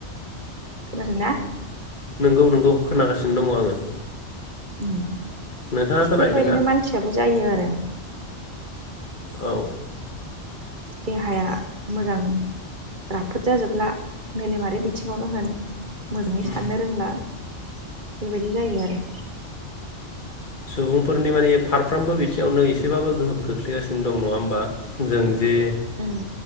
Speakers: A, on the right (about 45°); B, on the left (about 45°).
A: खोनादों ना?
B: नोंगौ नोंगौ खोनागासिनो दङ आङो।
A: उम
B: नोंथाङा
A: थिग
B: खोनाहैदोंना
A: बेबायदिनो मानसियाबो जायो आरो।
B: औ।
A: देहाया मोजां राफोद जाजोबला मेलेमारि बिथिङावनो होन मोजाङै
B: उम
A: साननो रोंला। बेबायदिनो जायो आरो।
B: सुबुंफोरनि माने फारफ्रोमबो बिथिङावनो एसेबाबो गोहोम खोख्लैगासिनो दं नङा होमबा जों जे
A: उम।